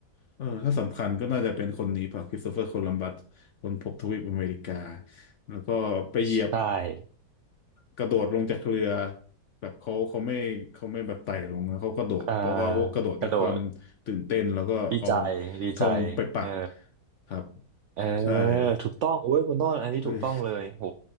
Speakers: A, on the left (about 60°); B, on the right (about 75°).
A: เออถ้าสำคัญก็น่าจะเป็นคนนี้เปล่าคริสโตเฟอร์โคลัมบัสคนพบทวีปอเมริกาแล้วก็ไปเหยียบ
B: ใช่
A: กระโดดลงจากเรือแบบเขาเขาไม่เขาไม่แบบไต่ลงนะเขากระโดดเพราะว่าเขากระโดดด้วยความตื่นเต้นแล้วก็เอา
B: อ่ากระโดดดีใจดีใจ
A: ธงไปปัก
B: เออ
A: ครับ
B: เออ
A: ใช่
B: ถูกต้องโอ้ยคุณต้นอันนี้ถูกต้องเลยโห
A: <laughs> เฮ้ย